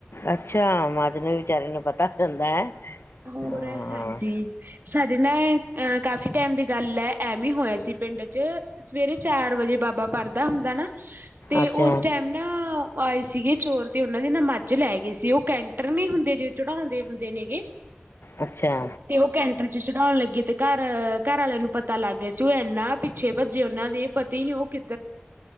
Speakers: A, on the left; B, on the right.
A: ਅੱਛਾ ਮੱਝ ਜਿੰਵੇੇ ਵਿਚਾਰਾਰੇ ਨੂੰ ਪਤਾ ਹੁੰਦਾ ਹੈ।
B: ਹੋਰ
A: ਹਾਂ।
B: ਰ ਹਾਂਜੀ। ਸਾਡੇ ਨਾਏ ਅ ਕਾਫੀ ਟਾਈਮ ਦੀ ਗੱਲ ਹੈ। ਐਵੇ ਹੀ ਹੋਇਆ ਸੀ ਪਿੰਡ ਚ ਸਵੇਰੇ ਚਾਰ ਵਜੇ ਬਾਬਾ ਪੜ੍ਹਦਾ ਹੁੰਦਾ ਨਾ ਤੇ
A: ਅੱਛਾ,
B: ਉਸ ਟਾਈਮ ਨਾ ਆਏ ਸੀਗੇ ਚੋਰ ਤੇ ਉਹਨਾਂ ਦੇ ਨਾ ਮੱਝ ਲੈ ਗਏ ਸੀ ਉਹ ਕੈਂਟਰ ਨਹੀਂ ਹੁੰਦੇ ਜ ਚੜਾਉਂਦੇ ਹੁੰਦੇ ਨੇਗੇ
A: ਅੱਛਾ
B: ਤੇ ਉਹ ਕੈਂਟਰ ਚ ਚੜ੍ਹਾਉਣ ਲੱਗੇ ਤੇ ਘਰ- ਘਰ ਵਾਲਿਆਂ ਨੂੰ ਪਤਾ ਲੱਗ ਗਿਆ ਸੀ, ਉਹ ਇਨਾ ਪਿੱਛੇ ਭੱਜੇ ਉਹਨਾਂ ਦੇ ਇਹ ਪਤਾ ਨੀ ਉਹ ਕਿੱ